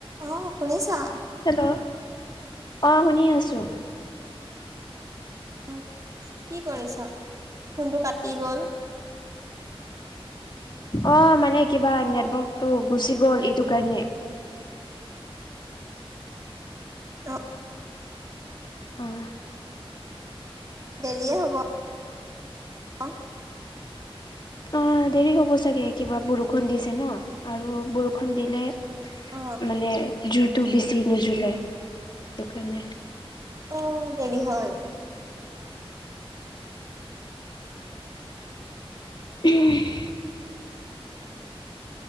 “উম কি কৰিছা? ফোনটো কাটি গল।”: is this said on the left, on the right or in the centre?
Right